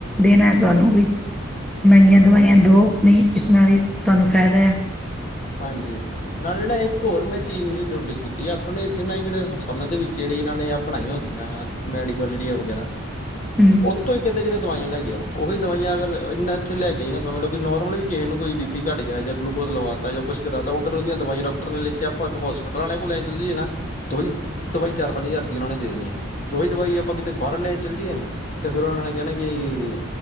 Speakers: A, in the centre; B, on the left.
A: ਦੇਣਾ ਹੈ ਤੁਹਾਨੂੰ ਵੀ ਬੜਾ ਹੀ। ਮਹਿੰਗੀਆਂ ਦਵਾਈਆਂ ਲਓ ਨਹੀਂ ਇਸ ਨਾਲ ਹੀ ਤੁਹਾਨੂੰ ਫਾਇਦਾ ਹੈ।
B: ਹਾਂਜੀ ਨਾਲੇ ਨਾ ਇੱਕ ਹੋਰ ਮੈਂ ਚੀਜ਼ ਨੋਟਿਸ ਕੀਤੀ ਆਪਣੇ ਇੱਥੇ ਨਾ ਕਿਹੜੇ ਹਸਪਤਾਲਾਂ ਦੇ ਵਿੱਚ ਚਗਿਯ ਦਵਾਈ ਦਿੱਤੀ ਜਾਂਦੀ ਹਨ। ਇਹਨਾਂ ਨੇ ਬਣਾਈਆਂ ਹੁੰਦੀਆਂ ਮੈਡੀਕਲ ਜਡੀਆ ਵਗੈਰਾ
A: ਹਮ
B: ਉੱਤੋਂ ਹੀ ਕਹਿੰਦੇ ਕਿਦੇ ਹਨ । ਦਵਾਈਆਂ ਲੈ ਕੇਓ ਉਹੀ ਦਵਾਈਆਂ ਅਗਰ ਇੰਨਾ ਇੱਥੇ ਲੈ ਕੇ ਨਾ ਸਮਝ ਲਓ ਕਿ ਨੋਰਮਲੀ ਵੀ ਕਿਸੇ ਨੂੰ ਕੋਈ ਬੀ ਪੀ ਘੱਟ ਗਿਆ ਜਾਂ ਗਲੂਕੋ ਹਨ । ਲਵਾਤਾ ਜਾਂ ਨਹੀਂ ਹੈ। ਕੁਛ ਕਰਾ ਤ ਅਗਰ ਉਹਦੀਆਂ ਦਵਾਈਆਂ ਡਾਕਟਰ ਨੇ ਲਿਖਿਆ ਆਪਾਂ ਹੋਸਪਿਟਲ ਵਾਲਿਆਂ ਕੋਲ ਚੱਲ ਜਾਣਾ ਉਹੀ ਦਵਾਈ ਚਾਰ ਪੰਜ ਕਾਮੇ ਹਨ। ਹਜ਼ਾਰ ਰੁਪਈਆ ਉਹਨਾਂ ਦੇਣੀ ਹੈ ਤੇ ਉਹੀ ਦਵਾਈ ਆਪਾਂ ਕਿਤੇ ਬਾਹਰ ਲੈਣ ਚੱਲੀਏ ਸੀ। ਤੇ ਫਿਰ ਉਹਨਾਂ ਨੇ ਕਹਿਣਾ ਕਿ